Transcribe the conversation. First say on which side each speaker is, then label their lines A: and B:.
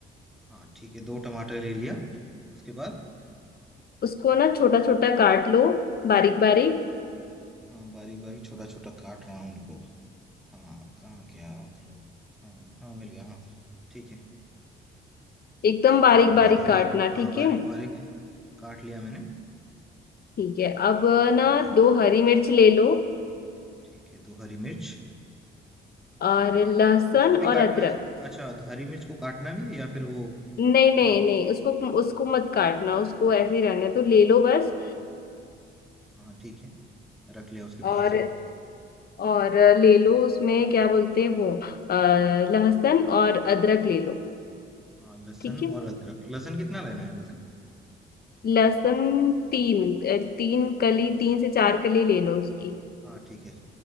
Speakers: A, in the centre; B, on the left.
A: हाँ ठीक है दो टमाटर ले लिया उसके बाद
B: उसको ना छोटा छोटा काट लो बारीक बारीक
A: हाँ बारीक बारीक छोटा छोटा काट रहा हूँ उनको हाँ कहाँ गया मतलब हाँ हाँ मिल गया हाँ ठीक है
B: एकदम
A: चाकू
B: बारीक
A: ढूंढ
B: बारीक
A: रहा था
B: काटना
A: हाँ हाँ
B: ठीक
A: बारीक
B: है
A: बारीक काट लिया मैंने
B: ठीक है अब ना
A: ठीक है
B: दो हरी मिर्च ले लो
A: ठीक है दो हरी मिर्च
B: और लहसुन
A: उसको भी
B: और
A: काटना
B: अदरक
A: है अच्छा तो हरी मिर्च को काटना भी है या फिर वो
B: नहीं
A: पूरा
B: नहीं
A: अच्छा
B: नहीं उसको उसको मत काटना उसको ऐसे ही रहने तो ले लो बस
A: हाँ ठीक है रख लिया उसके
B: और
A: पास ही
B: और ले लो उसमें क्या बोलते हैं वो अ, लहसुन और अदरक ले लो
A: हाँ लहसुन
B: ठीक है
A: और अदरक लहसुन कितना लेना है वैसे
B: लहसुन तीन अ, तीन कली तीन से चार कली ले लो उसकी
A: हाँ ठीक है